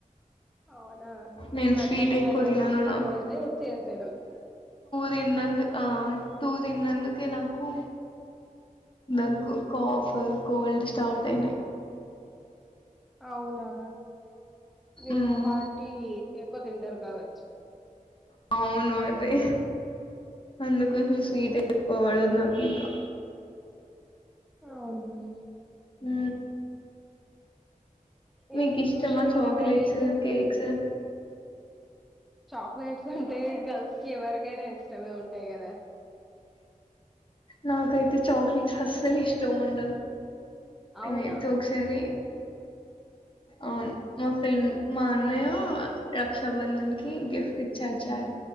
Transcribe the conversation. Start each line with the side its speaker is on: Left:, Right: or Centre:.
Centre: అవునా
Left: నేను
Centre: మా
Left: స్వీట్
Centre: అత్తమ్మ
Left: ఎక్కువ
Centre: వాళ్ళు వచ్చింరు
Left: తినను నాకు
Centre: అయితే చేసాను.
Left: తిన్నంద్ ఆ టూ తిన్నందుకే నాకు దగ్గు కాఫ్, కోల్డ్ స్టార్ట్ అయినయి.
Centre: అవునా మీరు
Left: మ్
Centre: హార్టి ఎక్కువ తింటారు కావచ్చు.
Left: అవును అదే అందుకోసం
Centre: మ్మ్.
Left: స్వీట్ ఎక్కో పడదు నా ఇంకా
Centre: అవునా
Left: మ్ మీకిష్టమా
Centre: ఏం స్పెషల్
Left: చాక్లెట్స్,
Centre: ఉంటాయి మరి ఈసారి
Left: కేక్స్
Centre: చాక్లెట్స్ అంటే గర్ల్స్కి ఎవర్కైనా ఇష్టమే ఉంటాయి కదా
Left: నాకైతే చాక్లెట్స్ అస్సలు ఇష్టం ఉండదు.
Centre: అవునా
Left: అయితే ఒక్సారి అవున్ మా ఫ్రెండ్ మా అన్నయ్యా రక్షాబంధన్కి గిఫ్ట్ ఇచ్చార్ చార్